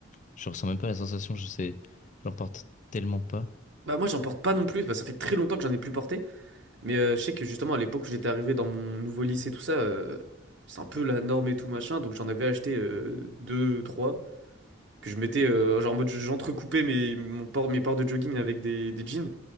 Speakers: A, on the left; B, on the right.
A: je ressens même pas la sensation, je sais. J'en porte tellement pas.
B: Bah, moi, j'en porte pas non plus, bah, ça fait très longtemps que j'en ai plus porté. Mais euh, je sais que justement, à l'époque où j'étais arrivé dans mon nouveau lycée, tout ça, euh, c'est un peu la norme et tout machin. Donc j'en avais acheté euh, deux, trois, que je mettais, euh, genre en mode j'entrecoupais mes, mon port, mes ports de jogging avec des, des jeans.